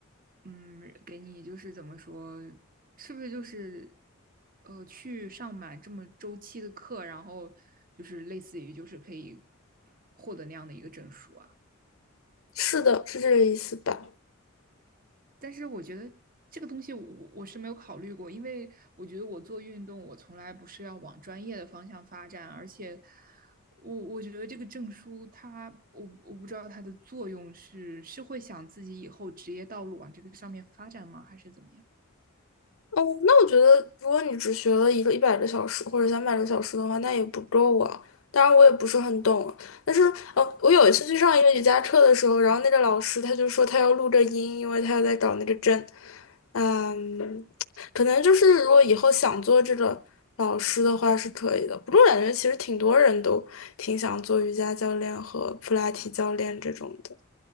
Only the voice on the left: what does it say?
是的，是这个意思吧？
哦，那我觉得，如果你只学了一个一百个小时或者三百个小时的话，那也不够啊。当然，我也不是很懂，但是，呃，我有一次去上一个瑜伽课的时候，然后那个老师他就说他要录着音，因为他要在找那个针。嗯，可能就是如果以后想做这个老师的话是可以的。不过我感觉其实挺多人都挺想做瑜伽教练和普拉提教练这种。的。